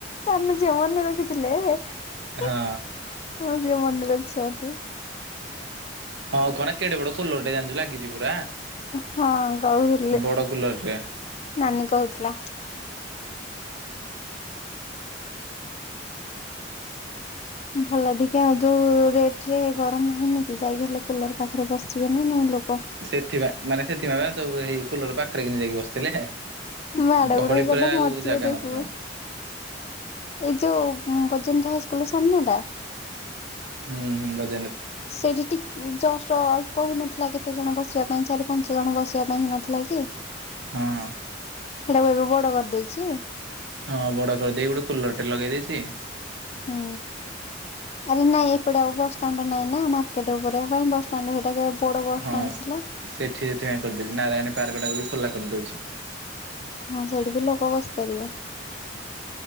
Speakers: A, on the left; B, on the right.
A: ସାନ ଝିଅ ମନେରଖି ଥିଲେ ମଁ
B: ହଁ
A: ଝିଅ ମନେ ରଖି ଚନ୍ତି
B: ହଁ କନେ କେଡ଼େ ବଡ଼ କୁଲର୍ ଟେ ଜାଣିଛୁ ଲାଗିଛି ପୁରା।
A: ହଁ କହୁଥିଲି
B: ବଡ କୁଲର ଟେ।
A: ନାନୀ କହୁଥିଲା। ଭଲ ଟିକେ ଆଉ ଯୋଉ ରେଟ ରେ ଗରମ ହଉନି କି ଯାଇକି ହେଲେ କୁଲର ପାଖରେ ବସିବେ ନା ନାଇଁ ଲୋକ।
B: ସେଥିପାଇଁ ମାନେ ସେଥିପାଇଁ ବା ସବୁ ହେଇ କୁଲର ପାଖରେ କିି ଯାଇକି ବସି ଥିଲେ
A: ମାଡ
B: ଗହଳି
A: ଗୋଡ ହେଇ
B: ପୁରା
A: ଅଧା
B: ଆଉ
A: ମରିଯିବେ
B: ଜାଗା
A: ଦେଖିବୁ
B: ନଥିବ।
A: ଏଇ ଯୋଉ ରାଜେନ୍ଦ୍ର ହାଇ ସ୍କୁଲ ସାମ୍ନାଟା।
B: ହୁଁ ହୁଁ ବ
A: ସେଠି ଟିକେ ଜଷ୍ଟ୍ ଅଳ୍ପ ହେଇନଥିଲା କେ କେତେ ଜଣ ବସିବା ପାଇଁ ଚାରି ପାଞ୍ଚ ଜଣ ବସିବା ପାଇଁ ହେଇନଥିଲା କି।
B: ହଁ ।
A: ସେଇଟାକୁ ଏବେ ବଡ଼ କରିଦେଇଛି।
B: ହଁ ବଡ଼ କରିଦେଇ ଗୋଟେ କୁଲର ଟେ ଲଗେଇ ଦେଇଚି।
A: ହୁଁ ଆରେ ନାଇଁ ଏପଟେ ଆଉ ବସଷ୍ଟାଣ୍ଡ ନାହିଁ ନା ଆମ ର୍କେଟ ଉପରେ ଆଉ କାଇଁ ବସଷ୍ଟାଣ୍ଡ୍ ହେଇଟା କେ ବଡ ବସଷ୍ଟାଣ୍ଡ
B: ହଁ ସେଠି
A: ଥିଲା।
B: ସେଥିପାଇଁ କରିଦେଇଛି ନାରାୟଣୀ ପାର୍କ ଟାକୁ ବି ଖୋଲା କଦଉଚି
A: ହଁ ସେଇଠି ବି ଲୋକ ବସିପାରିବେ।